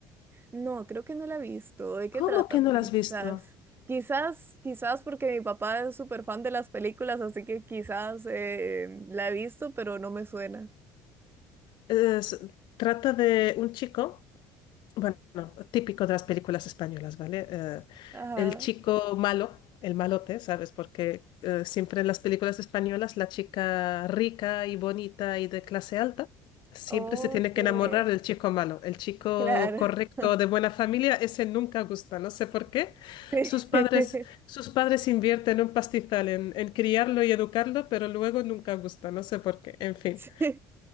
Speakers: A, on the right; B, on the left.
A: No, creo que no la he visto. ¿De qué
B: ¿Cómo
A: trata?
B: que
A: Porque
B: no la has
A: quizás,
B: visto?
A: quizás, quizás porque mi papá es súper fan de las películas, así que quizás eh, la he visto, pero no me suena.
B: Es- trata de un chico Bueno, típico de las películas españolas, ¿vale? Eh,
A: Ajá,
B: el chico malo, el malote, ¿sabes? Porque eh, siempre en las películas españolas la chica rica y bonita y de clase alta siempre
A: ok,
B: se tiene que enamorar del chico malo. El chico
A: claro.
B: correcto
A: <laughs>
B: de buena familia, ese nunca gusta, no sé por qué.
A: Sí.
B: Sus padres,
A: <laughs>
B: sus padres invierten un pastizal en, en criarlo y educarlo, pero luego nunca gusta, no sé por qué. En fin.
A: Sí.